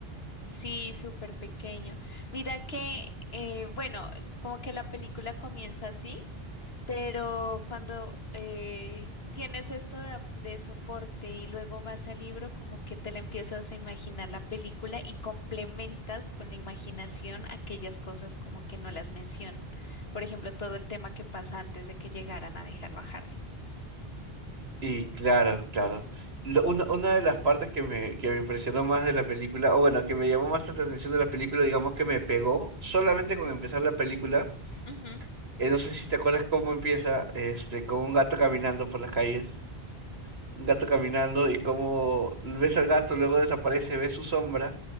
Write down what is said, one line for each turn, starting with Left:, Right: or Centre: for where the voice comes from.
Left: Sí, súper pequeño. Mira que, eh, bueno, como que la película comienza así. Pero cuando eh, tienes esto de, ap- de soporte y luego vas al libro, como que te la empiezas a imaginar la película y complementas con la imaginación aquellas cosas como que no las mencionan. Por ejemplo, todo el tema que pasa antes de que llegaran a dejarlo a Hardy.
Right: Y claro, claro. Lo- una, una de las partes que me, que me impresionó más de la película, o bueno, que me llamó más la atención de la película, digamos que me pegó, solamente con empezar la película,
Left: Ujú.
Right: eh, no sé si te acuerdas cómo empieza, este, con un gato caminando por las calles. un gato caminando y como ves al gato, luego desaparece, ves su sombra